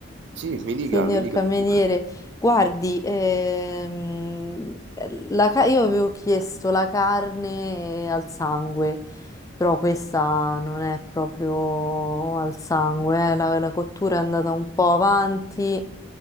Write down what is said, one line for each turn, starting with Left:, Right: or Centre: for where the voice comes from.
Right: Sì, mi dica,
Left: Signor
Right: mi dica,
Left: cameriere,
Right: signora.
Left: guardi, ehm, la ca- io avevo chiesto la carne al sangue, però questa non è proprio al sangue, eh, La, la cottura è andata un po' avanti,